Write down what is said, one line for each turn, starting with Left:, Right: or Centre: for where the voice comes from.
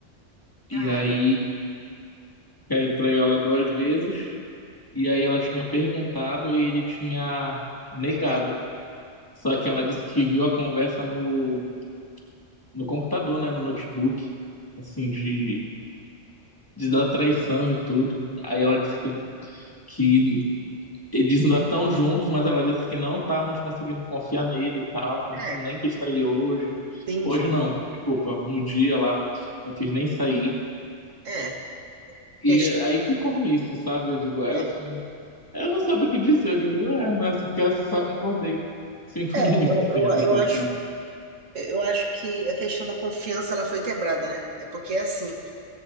Left: E
Right: Caramba,
Left: aí, que aí ele traiu ela duas vezes, e aí ela tinha perguntado e ele tinha negado.
Right: negado.
Left: Só que ela disse que viu a conversa no, no computador, né? No notebook, assim, de, de da traição e tudo. Aí ela disse que, que eles ainda estão juntos, mas ela disse que não tá mais conseguindo confiar nele e tal, tanto
Right: É,
Left: que nem quis sair hoje.
Right: entendi.
Left: Hoje não, desculpa, no dia lá, não quis nem sair.
Right: É.
Left: E
Right: ques-
Left: aí ficou isso sabe? Eu digo, ela
Right: É,
Left: assim,
Right: é
Left: eu não sabia o que dizer. Eu digo, é, né? Só, fiquei, só concordei. Sinto
Right: é,
Left: <laughs> muito
Right: eu,
Left: que tenha
Right: eu,
Left: acontecido.
Right: eu acho. Eu acho que a questão da confiança ela foi quebrada, né? É porque assim,